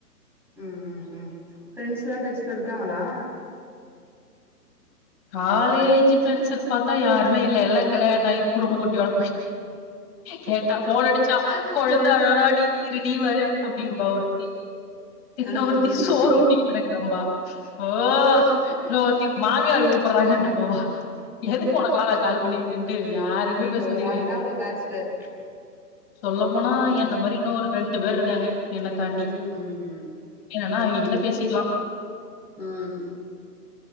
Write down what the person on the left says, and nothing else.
காலேஜு ஃபிரெண்ட்ஸின் பாத்தா யாருமே இல்ல எல்லா கல்யாணாயி குடுமோ குட்டியோட போய் கேட்டா ஃபோன் அடிச்சா கொழ இந்தா ழராடி இருடி வர்ற அப்டிம்பா ஒருத்தி தி இன்னொருத்தி
சோறு
ஊட்டிக்கிட்ருக்கம்பா ஓ இன்னொருத்தி மாமியாரு கூப் போவா எதுக்கு ஒனக்குல்லா நா கால் பண்ணிக்கிட்டுன்ட்டு யாருக்மே
பேசுறது
கெடையா
சொல்லப் போனா
என்ன மாரி இன்னொ ஒரு ரெண்டு பேர் இருக்காங்க என்னத் தாண்டி
என்னன்னா அவிங்கக் கிட்ட பேசிக்லா